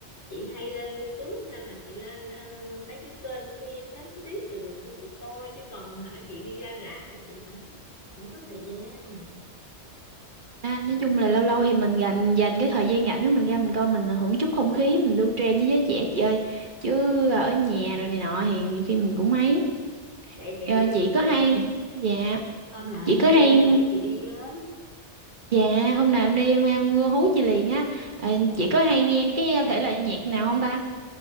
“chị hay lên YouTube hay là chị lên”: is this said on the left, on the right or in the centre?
Left